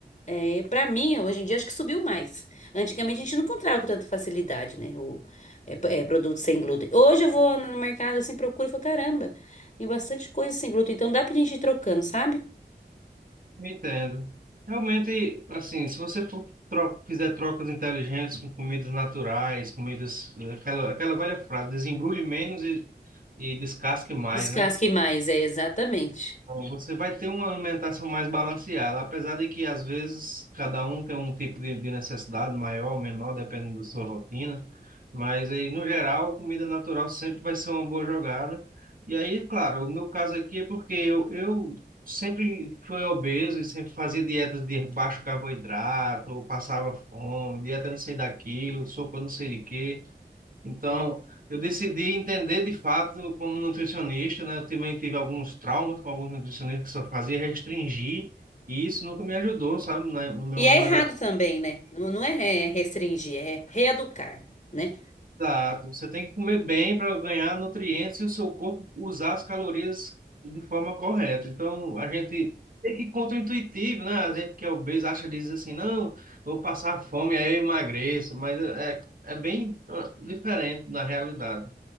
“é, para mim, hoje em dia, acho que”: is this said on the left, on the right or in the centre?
Left